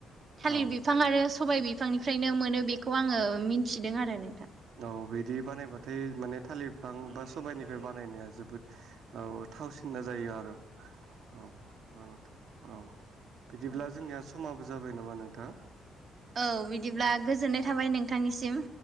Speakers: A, on the right; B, on the right.
A: औ
B: थालिर
A: औ
B: बिफां आरो सबाय बिफांनिफ्रायनो मोनो बे खौ आङो मिथिदों आरो नोंथां।
A: औ बिदि बानायबाथाय माने थालिर बिफां बा सबायाइनिफ्राय बानायनाया जोबोद औ थावसिनना जायो आरो। औ उम नोंथां ओं बिदिब्ला
B: औ
A: जोंनिया समाबो जाबाय नामा नोंथां?
B: औ बिदिब्ला गोजोननाय थाबाय नोंथांनिसिम।